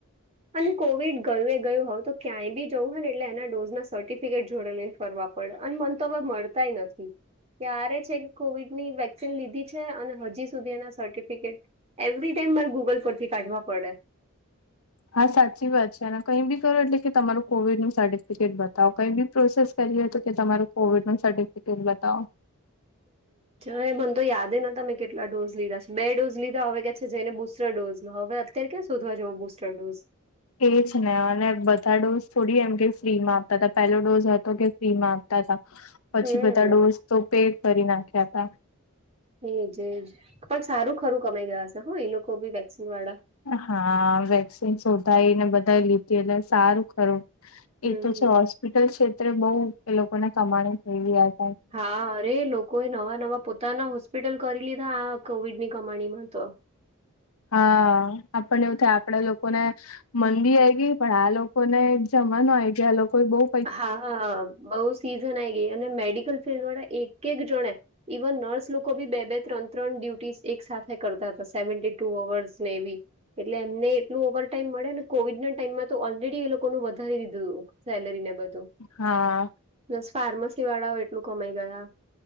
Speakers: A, on the right (about 30°); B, on the left (about 75°).
A: અને કોવિડ ગયું એ ગયું હવે તો ક્યાંય બી જવું હોય ને એટલે એના ડોઝ ના સર્ટિફિકેટ જોડે લઈને ફરવા પડે અને મન તો હવે મળતાય નથી. ક્યારે છે કે કોવિડ ની વેક્સિન લીધી છે અને હજી સુધી એના સર્ટિફિકેટ એવરી ટાઈમ મારે ગૂગલ પરથી કાઢવા પડે.
B: હા સાચી વાત છે અને કઈ બી કરો એટલે કે તમારું કોવિડ નું સર્ટિફિકેટ બતાવો કઈ બી પ્રોસેસ કરીએ તો કે તમારો કોવિડ નું સર્ટિફિકેટ બતાવો.
A: એજ મને તો યાદ ન તા મે કેટલા ડોઝ લીધા છે બે ડોઝ લીધા હવે કેછે જય ને બુસ્ટર ડોઝ લો હવે અત્યારે ક્યાં શોધવા જો બુસ્ટર ડોઝ.
B: એ જ ને અને બધા ડોઝ થોડી એમ કે ફ્રી માં આપતા હતા પહેલો ડોઝ હતો કે ફ્રીમાં આપતાતા હતા
A: હમ
B: પછી બધા ડોઝ તો પે કરી નાખ્યા હતા.
A: એજ એજ પણ સારું ખરું કમાઈ ગયા છે હો એ લોકો બી વેક્સિન વાળા.
B: હા વેક્સિન શોધાઈ ને બધા લીધી એટલે સારું ખરું
A: હમ
B: એ તો છે હોસ્પિટલ ક્ષેત્રે બઉુ એ લોકોને કમાણી થઈ રહ્યા છે.
A: હા અરે લોકોએ નવા નવા પોતાના હોસ્પિટલ કરી લીધા આ કોવિડની કમાણીમાં તો.
B: હા આપને એવું થાય આપડે લોકોને મંદી આઈ ગઈ પણ આ લોકો ને જમાનો આઈ ગયા આ લોકો બઊ
A: હા બઉ સીઝન આ ગઈ અને મેડિકલ ફિલ્ડ વાળા એક એક જણે ઇવન નર્સ લોકો બી બે બે ત્રણ ત્રણ ડ્યુટી એક સાથે કરતા હતા સેવી ટુ અવર્સ ને એવી. એટલે એમને એટલું ઓવર ટાઈમ મળે ને કોવિડ ના ટાઈમમાં તો ઓલરેડી એ લોકો વધારી દીધું સેલરીને એવું બધું
B: હા.
A: પ્લસ ફાર્મસી વાળાઓ એટલું કમાઈ ગયા.